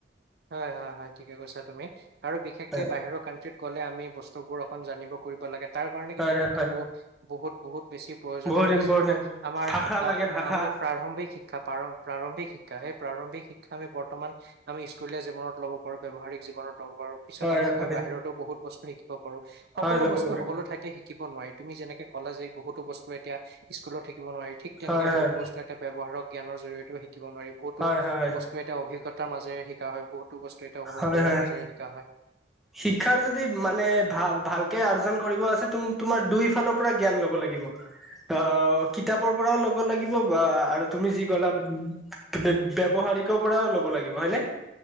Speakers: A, on the right; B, in the centre.
A: হয় হয় হয় ঠিকে কৈছা তুমি আৰু বিশেষকে
B: হয়
A: বাহিৰৰ কাউণ্ট্ৰিত গ'লে আমি বস্তুবোৰ অকন জানিব কৰিব লাগে তাৰ কাৰণে
B: হয়
A: কিন্তু শিক্ষাটো
B: হয়
A: বহুত বহুত বেছি প্ৰয়োজন
B: বহুত
A: হয় আমি
B: ইম্পৰ্টেণ্ট
A: যিটো আমাৰ
B: ভাষা লাগে ভাষা
A: আমি প্ৰাৰম্ভিক শি ক্ষা প্ৰাৰ প্ৰাৰম্ভিক শিক্ষা সেই প্ৰাৰম্ভিক শিক্ষা আমি বৰ্তমান আমি স্কুলীয়া জীৱনত ল'ব পাৰো ব্যৱহাৰিক জীৱনত ল'ব পাৰো পিছত
B: হয়
A: আমি গৈ
B: হয়
A: বাহিৰতো বহুত বস্তু শিকিব পাৰো সকলো
B: হয় ল'ব
A: বস্তু
B: পাৰো
A: সকলো ঠাইতে শিকিব নোৱাৰি তুমি যেনেকে কলা যে বহুতো বস্তু এতিয়া স্কুলত শিকিব নোৱাৰি ঠিক তেনেকে
B: হয় হয়
A: বহুতো বস্তু এটা ব্যৱহাৰক জ্ঞানৰ জৰিয়তেও শিকিব নোৱাৰি বহুতো
B: হয় হয়
A: বস্তু এ এতিয়া অভিজ্ঞতাৰ মাজেৰে শিকা হয় বহুতো বস্তু এতিয়া অনুভৱৰ
B: হয় হয়
A: মাজেৰে শিকা হয়
B: শিক্ষাৰ যদি মানে ভা ভালকে অৰ্জন কৰিব আছে তুমি তোমাৰ দুইফালৰ পোৰা জ্ঞান ল'ব লাগিব অ কিতাপৰ পৰাও ল'ব লাগিব বা আৰু তুমি যি কলা ব্যয়ৱহাৰিকৰ পৰাও ল'ব লাগিব হয়নে?